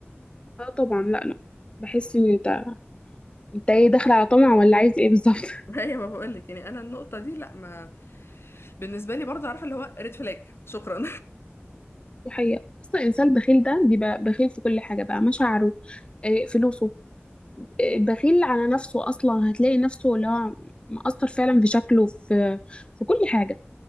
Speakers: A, on the left; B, on the left.
A: اه طبعا لا لا بحس ان انت انت ايه داخل على طمع ولا عايز ايه بالظبط
B: <laughs> هي ما بقول لك يعني انا النقطه دي لا ما بالنسبه لي برضه عارفه اللي هو ريد فلاج شكرا
A: دي حقيقة أصلا الإنسان البخيل ده بيبقى بخيل في كل حاجة بقى مشاعره آه، فلوسه آه، بخيل على نفسه أصلا هتلاقي نفسه اللي هو مأثر فعلا في شكله في في كل حاجة